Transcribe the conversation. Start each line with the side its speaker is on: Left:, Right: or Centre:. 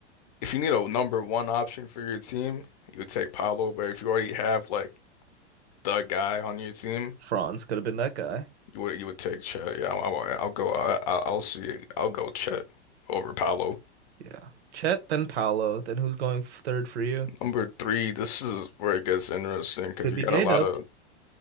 Left: if you need a number one option for your team, you would take Paolo. But if you already have like the guy on your team,
Right: Franz could have been that guy.
Left: You would you would take Chet? Yeah, I, I, I'll go. I, I- I'll see. I'll go Chet over Paolo.
Right: Yeah. Chet, then Paolo, then who's going third for you?
Left: Number three. This is where it gets interesting because
Right: Could
Left: you
Right: be
Left: got
Right: J-Dub.
Left: a lot of